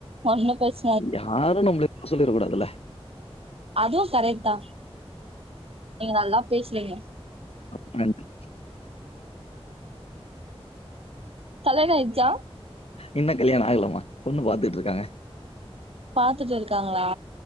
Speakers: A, on the right (about 70°); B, on the left (about 70°).
A: ஒன்னு பிரச்
B: யாரு நம்மள சொல்லிற கூடாதுல
A: அதுவு கரெக்ட் தா நீங்க நல்லா பேசுறீங்க
B: ஒ நன்றி
A: கல்யாண ஆய்ச்சா
B: இன்னு கல்யாண ஆகலாமா பொண்ணு பாத்துட்டு இருக்காங்க
A: பாத்துட்டு இருக்காங்களா